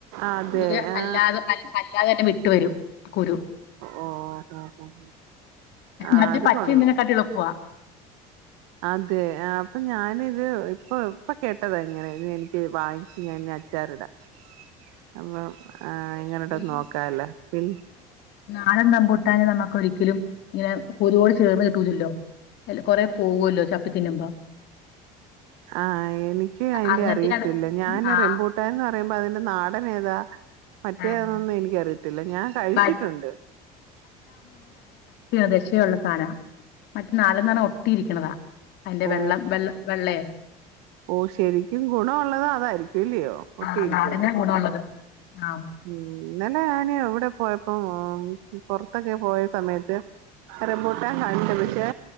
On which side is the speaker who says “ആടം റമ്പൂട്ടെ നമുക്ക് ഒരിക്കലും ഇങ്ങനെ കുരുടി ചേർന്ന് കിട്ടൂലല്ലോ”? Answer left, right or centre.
Left